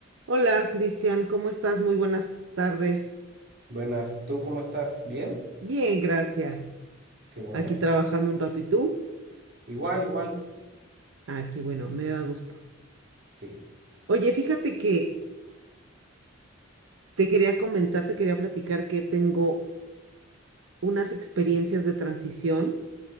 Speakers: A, on the right (about 80°); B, on the right (about 60°).
A: Hola, Cristian, ¿cómo estás? Muy buenas tardes.
B: Buenas, ¿tú cómo estás? ¿Bien?
A: Bien, gracias.
B: Qué bueno.
A: Aquí trabajando un rato, ¿y tú?
B: Igual, igual.
A: Ah, qué bueno, me da gusto.
B: Sí.
A: Oye, fíjate que te quería comentar, te quería platicar que tengo unas experiencias de transición